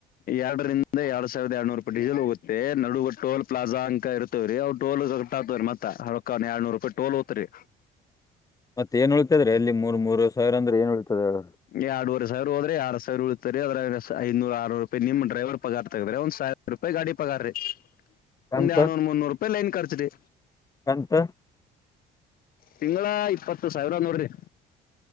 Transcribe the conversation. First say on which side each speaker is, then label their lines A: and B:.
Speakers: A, on the left; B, on the left.
A: ಎರಡರಿಂದ ಎರಡ್ ಸಾವಿರದ ಎರಡ್ನೂರು ರೂಪಾಯಿ ಡೀಸೆಲ್ ಹೋಗುತ್ತೆ ನಡುುವ ಟೋಲ್ ಪ್ಲಾ ಅಂಕ ಇರುತ್ತೆ ವರಿ ಅವ್ ಟೋಲ್ ಕಟ್ಟಾತವರಿ ಮತ್ತ ಹ ಹೊಳಕ ಎಡ್ನೂರು ರೂಾಯಿ ಟೋಲ್ ತ್ರಿ
B: ಮತ್ತ ನ್ ಉಳ್ತಿದ್ರ ಅಲ್ಲಿ ಮೂ ಸಾವಿರ ಅಂದ್ರ ಏನ್ ಉಳ್ಿತದ ಹೇಳ
A: ಎರಡ್ೂವ ಸಾವಿರ ಹೋದ್ರೆ ಆಡ್ ಸಾವಿರ ಉ ಇತ ಅದ್ರ ಐನೂರ ಆರೂರು ರೂಾಯಿ ನಿಮ ಡ್ರೈವರ್ ಪಗಾರ್ ತಗದಂದ ಸಾವಿರ ರೂಪಾಯಿ ಗಾಡಿ ಪಗಾರ ರೀ
B: ಕಂತ
A: ಒಂದ್ ಯಡ್ನೂರ್ ಮುನ್ನೂರು ರೂಪಾಯಿ ಲೈನ್ ಖರ್ಚಿ
B: ಕಂತ
A: ತಿಂಗಳ ಇಪ್ಪತ್ತು ಸಾವಿರ ನೋಡ್ರಿ